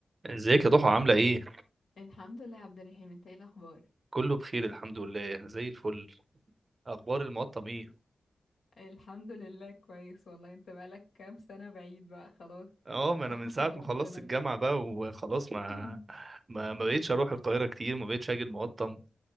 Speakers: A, on the right (about 35°); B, on the left (about 80°).
A: ازيك يا ضحى عاملة ايه؟
B: الحمد لله يا عبد الرحيم انت ايه الاخبار
A: كله بخير الحمد لله زي الفل اخبار المقطم ايه؟
B: الحمد لله كويس والله انت بقالك كام سنة بعيد بقى خلاص
A: اه ما
B: <laughs>
A: انا من ساعة ما
B: رحت
A: خلصت
B: لغ
A: الجامعة بقى وخلاص ما
B: <coughs>
A: ما ما بقتش اروح القاهرة كتير ما بقتش اجي المقطم